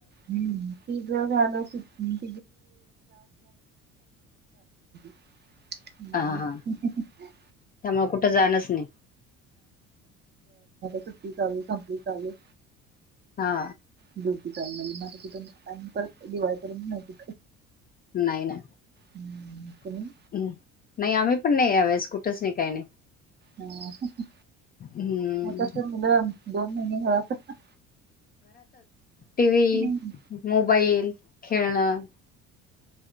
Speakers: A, on the right; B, on the left.
A: हम्म तिझ झालं सुट्टी <unintelligible> नाही.
B: हा हा
A: <unintelligible>
B: त्यामुळे कुठं जाणच नाही
A: सुट्टी चालू संपली चालू
B: हा.
A: <unintelligible> परत दिवाळीपर्यंत नाही.
B: नाही ना.
A: हम्म, तुम्ही
B: हम्म नाही आम्ही पण नाही यावेळेस कुठेच नाही काही नाही.
A: हम्म.
B: हम्म
A: मग तस मुलं दोन महिने घरात
B: टीव्ही,
A: हम्म,
B: मोबाईल, खेळणं